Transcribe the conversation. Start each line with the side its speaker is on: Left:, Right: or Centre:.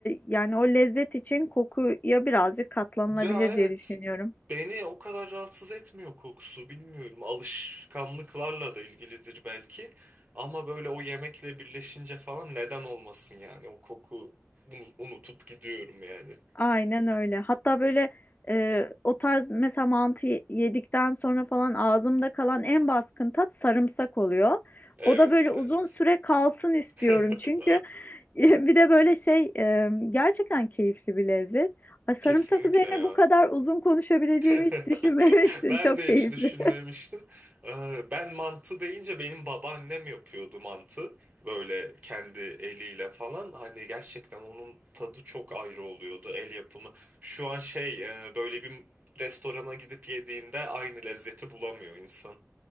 Left: yani o lezzet için kokuya birazcık katlanılabilir
Right: Ya evet
Left: diye düşünüyorum.
Right: beni o kadar rahatsız etmiyor kokusu bilmiyorum alışkanlıklarla da ilgilidir belki ama böyle o yemekle birleşince falan neden olmasın yani o koku unu- unutup gidiyorum yani.
Left: Aynen öyle. Hatta böyle e, o tarz mesela mantı yedikten sonra falan ağzımda kalan en baskın tat sarımsak oluyor.
Right: Evet
Left: O da böyle uzun
Right: evet
Left: süre kalsın istiyorum
Right: <laughs>
Left: çünkü <laughs> bir de böyle şey e, gerçekten keyifli bir lezzet. Ay, sarımsak
Right: kesinlikle
Left: üzerine
Right: ya.
Left: bu kadar uzun konuşabileceğimi
Right: <laughs>
Left: hiç düşünmemiştim.
Right: Ben
Left: Çok
Right: de
Left: keyifli.
Right: hiç düşünmemiştim. Ee, Ben mantı deyince benim babaannem yapıyordu mantı. Böyle kendi eliyle falan. Hani gerçekten onun tadı çok ayrı oluyordu el yapımı. Şu an şey e, böyle bir restorana gidip yediğinde aynı lezzeti bulamıyor insan.